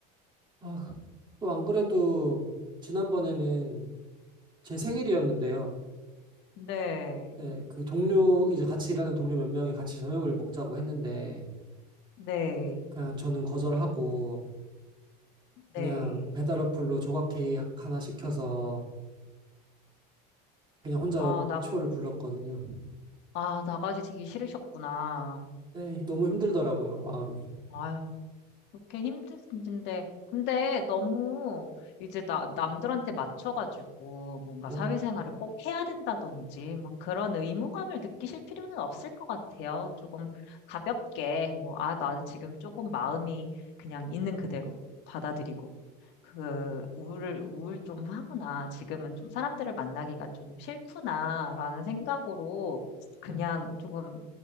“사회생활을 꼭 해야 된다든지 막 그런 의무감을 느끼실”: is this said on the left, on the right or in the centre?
Left